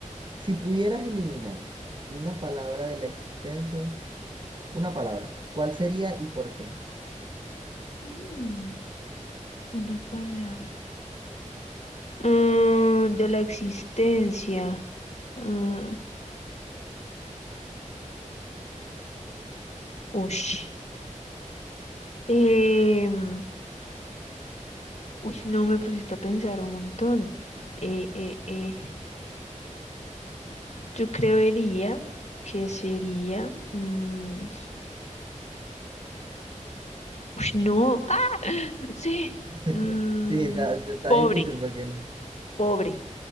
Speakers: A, on the right; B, on the left.
A: si pudieras eliminar una palabra de la existencia, una palabra, ¿cuál sería y por qué?
B: Mm, Una palabra. Mm, de la existencia. Mm, ush. Em, Uy, no me pusiste a pensar un montón. Eh, eh, eh, Yo creería que sería. mm, uy, no. ¡Ah! No sé.
A: <laughs>
B: Mm,
A: Sí, está, está
B: pobre,
A: difícil porque ni...
B: pobre.